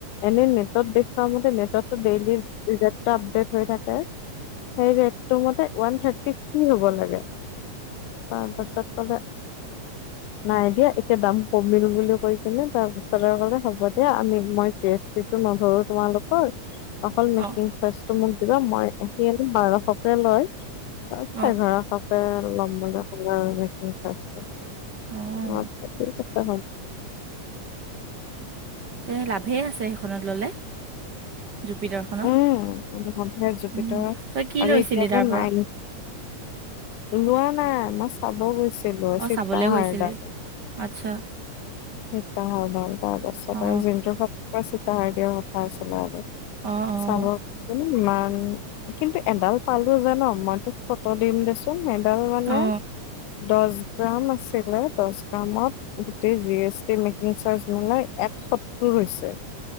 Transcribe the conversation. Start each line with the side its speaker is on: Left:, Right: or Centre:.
Left: এনে নেটত দেখ মতে নেটত দেলী দিজেন টো আপডেট হৈ থাকে, হে ৰেট টো মতে ওৱান থাৰ্টি থ্ৰী হ'ব লাগে তাৰপাছত
Right: <inaudible>
Left: নাই দিয়া এতিয়া দাম কমিল বুলি কৈ কিনে তাৰ পিছলৈ কলে হ'ব দিয়া আমি মই চি এ টো নধৰো তোমালোকৰ অকল মেকিং
Right: অঁ
Left: চাৰ্জটো মোক দিবা মই আহি আনি বাৰশকে লয়।
Right: অঁ
Left: ঘৰৰ সকে ল'ম বুলি সোণৰ বস্তু চাইছিলো
Right: অঁ
Left: আচ্ছা ঠিক আছে।
Right: তে লাভেই আছে সেইখনত ললে। জুপিটাৰ খনত
Left: উম ল, মে জুপিত
Right: উম তই কি
Left: আৰু
Right: লৈছিলি
Left: এতিয়া
Right: তাৰ
Left: যে
Right: পৰা
Left: নাই। লোৱা নাই আমই চাব গৈছিলো
Right: অ
Left: চিতাহাৰডাল
Right: চাবলে গৈছিলি আচ্ছা
Left: সতাহাৰ ভাল তাৰ পাছত
Right: অ
Left: আৰু যোনটোৰ ফালৰ পৰা চিতাহাৰ দিয়াৰ কথা আছিলে আৰু।
Right: অ অ
Left: চাব কিন্তু ইমান কিন্তু এডাল পালো জান মই তোক ফটো দিম দেচোন স মানে
Right: অ
Left: দোষ গ্ৰাম আছিলে, দশ গ্ৰাম ত ট মেকিং চৰ্চা নলয়, এক টপ টো হৈছে।